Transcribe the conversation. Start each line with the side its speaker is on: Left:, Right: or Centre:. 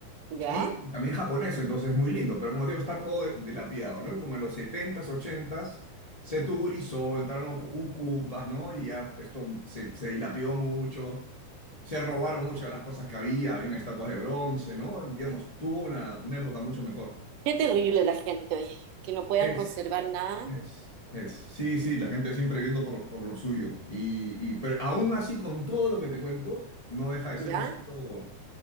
Right: ¿Ya?
Left: Y también japonés, entonces es muy lindo. Pero como te digo, está todo de- dilapidado, ¿no? Como en los setentas ochentas se tugurizó, entraron ocu- ucupas, ¿no? Y ya esto se, se dilapidó mucho. Se robaron muchas de las cosas que había, habían estatuas de bronce, ¿no? Digamos, tuvo una, una época mucho mejor.
Right: Qué terrible la gente, oye, que no puedan
Left: Es,
Right: conservar nada.
Left: es. Es, sí, sí, la gente siempre viendo por, por lo suyo. Y, y- pero aún así, con todo lo que te cuento, no deja de
Right: ¿Ya?
Left: ser un sitio